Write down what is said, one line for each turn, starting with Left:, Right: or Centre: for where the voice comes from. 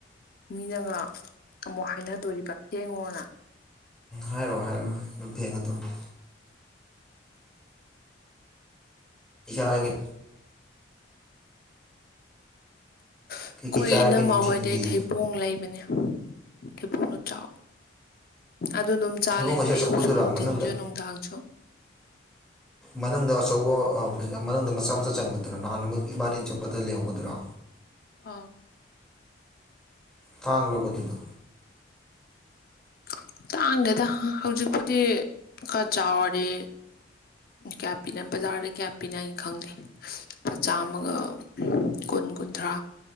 Left: ꯃꯤꯅꯒ ꯑꯃꯨꯛ ꯍꯥꯏꯅꯗꯣꯔꯤꯕ ꯍꯡꯉꯣꯅ
Centre: ꯍꯥꯏꯔꯣꯏ ꯍꯥꯏꯔꯣꯍ ꯑꯗꯨꯝ ꯐꯦꯡꯉ ꯇꯧꯅꯦ ꯏꯁꯥꯒꯤ
Left: ꯑꯩꯈꯣꯏ
Centre: ꯀꯩꯀꯩ ꯆꯥꯔꯒꯦ
Left: ꯏꯅꯝꯃ
Centre: ꯅꯨꯡꯊꯤꯟꯒꯤ
Left: ꯍꯣꯏꯗꯩ ꯊꯩꯕꯣꯡ ꯂꯩꯕꯅꯦ ꯊꯩꯕꯣꯡꯗꯣ ꯆꯥꯎ ꯑꯗꯨ ꯑꯗꯨꯝ ꯆꯥ
Centre: ꯊꯩꯕꯣꯡ
Left: ꯂꯩꯔꯦ
Centre: ꯍꯥꯏꯁꯦ
Left: ꯑꯌꯨꯛꯁꯨ
Centre: ꯑꯆꯧꯕꯗꯨꯔꯥ
Left: ꯅꯨꯡꯊꯤꯟꯁꯨ
Centre: ꯃꯅꯨꯡꯗ
Left: ꯅꯨꯡꯗꯥꯡꯁꯨ
Centre: ꯃꯅꯨꯡꯗ ꯑꯆꯧꯕ ꯃꯅꯨꯡꯗ ꯃꯆꯥ ꯃꯆꯥ ꯆꯟꯕꯗꯨꯔ ꯅꯍꯥꯟꯃꯛ ꯏꯕꯥꯅꯤ ꯆꯠꯄꯗ ꯂꯩꯍꯧꯕꯗꯨꯔꯣ
Left: ꯑꯥ
Centre: ꯇꯥꯡꯥꯕꯔꯥꯕ ꯑꯗꯨꯗꯣ
Left: ꯀ <inaudible> ꯇꯥꯡꯗꯦꯗ ꯍꯧꯖꯤꯛꯄꯨꯗꯤ ꯈꯔ ꯆꯥꯎꯔꯗꯤ ꯀꯌꯥ ꯄꯤꯅꯩ ꯕꯖꯥꯔꯗ ꯀꯌꯥ ꯄꯤꯅꯩ ꯈꯪꯗꯦ ꯂꯨꯄꯥꯩ ꯃꯆꯥꯥꯝꯃꯒ ꯀꯨꯟ ꯀꯨꯟ ꯀꯨꯟꯊ꯭ꯔꯥ